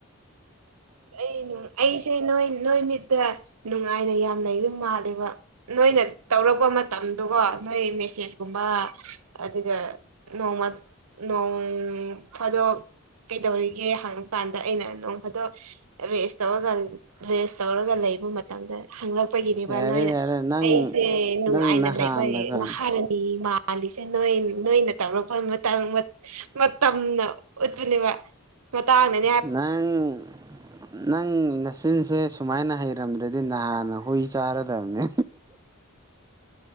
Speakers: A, on the right; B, on the right.
A: ꯑꯩ ꯅꯨꯡ ꯑꯩꯁꯦ ꯅꯣꯏ ꯅꯣꯏ ꯃꯤꯠꯇ ꯅꯨꯡꯉꯥꯏꯅ ꯌꯥꯝ ꯂꯩꯕ ꯃꯥꯜꯂꯦꯕ ꯅꯣꯏꯅ ꯇꯧꯔꯛꯄ ꯃꯇꯝꯗꯨꯒꯣ ꯅꯣꯏ ꯃꯦꯁꯦꯖꯀꯨꯝꯕ ꯑꯗꯨꯒ ꯅꯣꯡꯃ ꯅꯣꯡ ꯐꯗꯣꯛ ꯀꯩꯗꯧꯔꯤꯒꯦ ꯍꯪ ꯀꯥꯟꯗ ꯑꯩꯅ ꯅꯣꯡ ꯐꯥ ꯑꯗꯣ ꯔꯦꯁ ꯇꯧꯔꯒ ꯔꯦꯁ ꯇꯧꯔꯒ ꯂꯩꯕ ꯃ ꯇꯝꯗ ꯍꯪꯂꯛꯄꯒꯤꯅꯦꯕ
B: ꯌꯥꯔꯦ
A: ꯅꯣꯏꯅ
B: ꯌꯥꯔꯦ ꯅꯪ
A: ꯑꯩꯁꯦ ꯅꯨꯡꯉꯥꯏꯅ
B: ꯅꯪ ꯅꯍꯥꯟꯅꯀꯣ
A: ꯂꯩꯕ ꯃꯍꯥꯔꯥꯅꯤ ꯃꯥꯟ ꯃꯥꯟꯂꯤꯁꯦ ꯅꫭꯏ ꯅꯣꯏꯅ ꯇꯧꯔꯛꯄ ꯃꯇꯥꯡ ꯃꯇꯝꯅ ꯎꯠꯄꯅꯦꯕ ꯃꯇꯥꯡꯅ
B: ꯅꯪ ꯅꯪ ꯅꯆꯤꯟꯁꯦ ꯁꯨꯃꯥꯏꯅ ꯍꯩꯔꯝꯗ꯭ꯔꯗꯤ ꯅꯍꯥꯟꯅ ꯍꯨꯏ ꯆꯥꯔꯗꯕꯅꯦ꯫